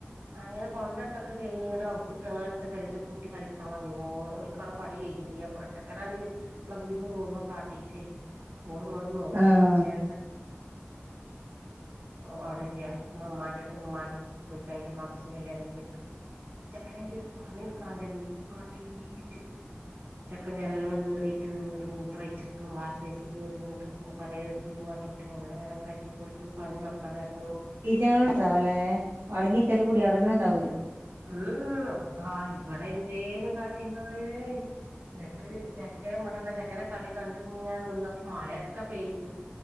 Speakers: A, on the right; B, on the right.
A: അങ്ങനെ കൊണ്ടിട്ട കഴിഞ്ഞ് എങ്ങണ്ട് അവ്ത്തുക്ക്ഞങ്ങൾ ത്ത പരേത്തെ കുട്ടി കളിക്കാൻ വന്നെന്നു, ഓൽക്കവടെ പണി കയ്യിണിയ്യ. അപ്പ ചെക്കനാണെങ്കിൽ ള്ള ദുല്മ് മുഴുവൻ കാട്ട് ട്ടിറ്റ് ഓള് ങ്ങള് നോക്കോ
B: ആഹ്
A: കൊറചേ ഓ അവിടെല്ലാ ഉമ്മ ഉമ്മ മ്മാട്ത്ത പോയിക്ക അതിന്റെ മ്മാക്ക് സുഖല്ലായിട്ട് പോയിക്കാണ്. ചെക്കനെറ്റ്‌ ഒരു പണി ട്കായ്യ ദുല്മ് കാട്ടീറ്റ്. ചെക്കൻ ജനാലമ്മേ കേറീട്ടും, നിന്നിട്ട് മൂത്രയ്ച്ചിട്ടും, വാഷ്ബേസി കേറി ര്ന്ന്ട്ടും കേ പരാതെ ഇവിടുന്ന് പോവാ <unintelligible> അങ്ങനെ, അങ്ങനെക്കായിട്ട് ഓർക്ക് ഒരു പണീ നടക്കാതായപ്പം
B: <unintelligible> ല്ലേ അടങ്ങി ക്കല് പുടിയാടെന്നെ ണ്ടാവൂല്ല.
A: മ് ഹ്. അള്ളാ ഇബടെ എന്തേന്ന് കാട്ടീന്നത്. എന്നിട്ട് ചക്ക. <unintelligible> ചെക്കന്റെ കളി കണ്ടിങ്ങന നിന്നപ്പൊ മയക്കെ പെയ്ത്